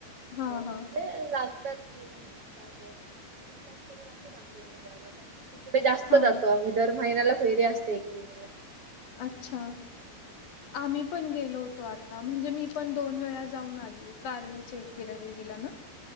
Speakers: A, on the left; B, on the right.
A: हा
B: जवळ
A: हा
B: म्हणजे लागतात तीन तास- तीन तास तरी लागतात आमच्या इकडे जायला. पण तिकडे जास्त
A: हा
B: जातो आम्ही दर महिन्याला फेरी असते. ते एकविरेला.
A: अच्छा. आम्ही पण गेलो होतो आत- म्हणजे मी पण दोन वेळा जाऊन आली. कारल्या च्या एकवीरा देवीला ना?